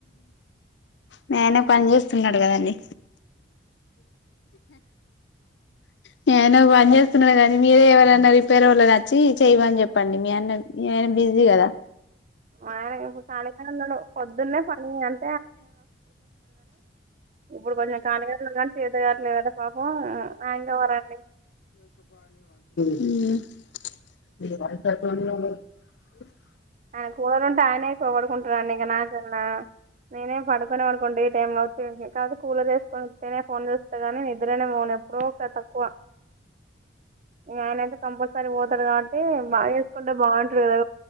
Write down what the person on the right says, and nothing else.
మా ఆయన ఇప్పుడు కాలిగనేఉన్నాడు పొద్దున్నే పనిలో వున్నాడు ఇప్పుడు మొన్న కాలిగానే ఉన్నాడు కానీ చేతకావట్లేదట పాపం అందుకే చెయ్యలేదండి
ఆయన కూలర్ ఉంటే ఆయన ఎక్కువ పడుకుంటడండి ఇక నాకన్న నేనే పడుకొను పడుకుంటే ఈ టైం లో వచ్చేసి కాకపోతే కూలర్ వేసుకొని ఉత్తిగానే ఫోన్ చూస్తగానీ నిద్ర పోను నిద్రనే పోను ఎప్పుడో ఒకసారి తక్కువ ఆయన అయితే కంపల్సరీ పోతాడు కాబట్టి బాగు చేసుకుంటే బాగుంటది కదా